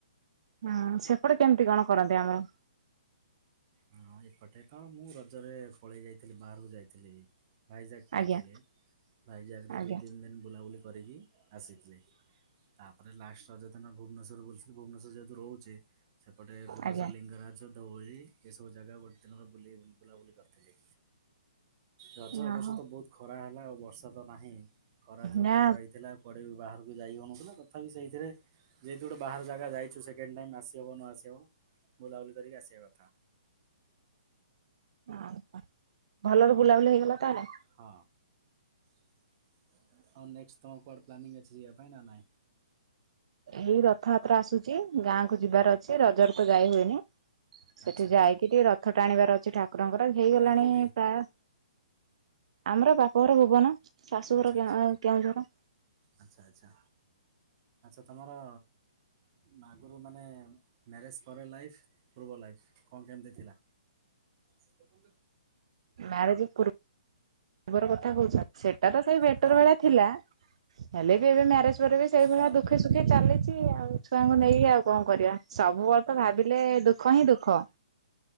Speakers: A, on the right; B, on the right.
A: ହୁଁ ସେପଟେ କେମିତି କଣ କରନ୍ତି ଆମର?
B: ହଁ ଏପଟେ ତ ମୁଁ ରଜରେ ପଳେଇ ଯାଇଥିଲି ବାହାରକୁ ଯାଇଥିଲି। ଭାଇଜାକ୍ ପଳେଇଥିଲି
A: ଆଜ୍ଞା
B: ଭାଇଜାକରେ
A: ଆଜ୍ଞା
B: ଦୁଇ ତିନ ଦିନ ବୁଲାବୁଲି କରିକି ଆସିଥିଲି ତାପରେ ଲାଷ୍ଟ ରଜ ଦିନ ଭୁବନେଶ୍ଵରରେ ବୁଲିଥିଲି ଭୁବନେଶ୍ୱର ଯେହେତୁ ରହୁଛି। ସେପଟେ ଭୁବନେଶ୍ଵର
A: ଆଜ୍ଞା।
B: ଲିଙ୍ଗରାଜ ଧଉଳି ଏସ୍ ସବୁ ଜାଗା ଗୋଟେ ଦିନରେ ବୁଲି ବୁଲ୍ ବୁଲାବୁଲି କରିଥିଲି ରଜ
A: ଓହୋ
B: ଏବର୍ଷ ତ ବୋହୁତ ଖରା ହେଲା ଆଉ ବର୍ଷା ତ ନାହିଁ ଖରା ଯୋଉ
A: ନା
B: ଟାଇପର ହେଇଥିଲା କୁଆଡ଼େ ବି ବାହାରକୁ ଯାଇ ହୋଉଥିଲା ତଥାପି ସେଇଥିରେ ଯେହେତୁ ଗୋଟେ ବାହାର ଜାଗା ଯାଇଛୁ ସେକେଣ୍ଡ ଟାଇମ୍ ଆସିହବ ନ ଆସିହବ ବୁଲାବୁଲି କରିକି ଆସିବା କଥା।
A: ଅଁ ହଁ ଭଲରେ ବୁଲାବୁଲି ହେଇଗଲା ତାହେଲେ?
B: ହଁ ଆଉ ନେକ୍ସଟ ତୁମର କୁଆଡ଼େ ପ୍ଲାନିଂ ଅଛି ଯିବା ପାଇଁ ନା ନାଇଁ?
A: ଏଇ ରଥଯାତ୍ରା ଆସୁଛି ଗାଁ କୁ ଯିବାର ଅଛି ରଜରେ ତ ଯାଇ ହୁଏନି। ସେଠି
B: ଆଚ୍ଛା
A: ଯାଇକିରି ରଥ ଟାଣିବାର ଅଛି ଠାକୁରଙ୍କର ହେଇଗଲାଣି
B: ଗାଁ କୋଉଠି?
A: ପ୍ରାୟ ଆମର ବାପଘର ଭୁବନ ଶାଶୁଘର
B: ଆଚ୍ଛା ଆଚ୍ଛା
A: କେଁ ଅ କେଉଁଝର।
B: ଆଚ୍ଛା ଆଚ୍ଛା ଆଚ୍ଛା ତମର ନା ଆଗରୁ ମାନେ ମ୍ୟାରେଜ ପରେ ଲାଇଫ ପୂର୍ବ ଲାଇଫ୍ କଣ କେମିତି ଥିଲା? କୁ
A: ମ୍ୟାରେଜ୍ ପୂର୍ବର କଥା କହୁଚ ସେଟା ତ ସେଇ ବେଟର
B: ହଁ
A: ଭଳିଆ ଥିଲା। ହେଲେ ବି ଏବେ ମ୍ୟାରେଜ ପରେ ବି ସେଇଭଳିଆ
B: ହଁ
A: ଦୁଖେ ସୁଖେ ଚାଲିଛି ଆଉ ଛୁଆଙ୍କୁ ନେଇକି ଆଉ କଣ କରିବା ସବୁବେଳେ ତ ଭାବିଲେ ଦୁଃଖ ହିଁ ଦୁଃଖ।